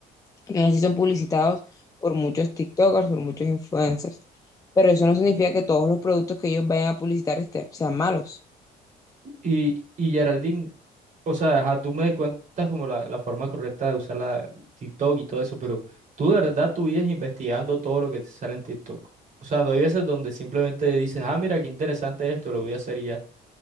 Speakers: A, on the left; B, on the right.
A: y así son publicitados por muchos TikTokers, por muchos influencers, pero eso no significa que todos los productos que ellos vayan a publicitar estén, sean malos.
B: Y, y Geraldine, o sea, ajá, tú me cuentas como la, la forma correcta de usar la TikTok y todo eso, pero tú de verdad tú vives investigando todo lo que te sale en TikTok. O sea, no hay veces donde simplemente dices, ah, mira, qué interesante esto, lo voy a hacer y ya,